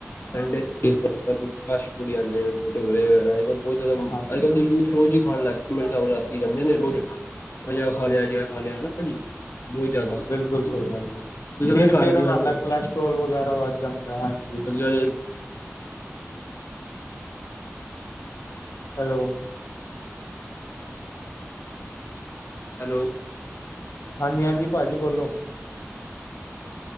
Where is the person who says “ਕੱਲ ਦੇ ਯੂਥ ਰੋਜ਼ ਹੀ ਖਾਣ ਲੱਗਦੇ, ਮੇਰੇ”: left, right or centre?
Left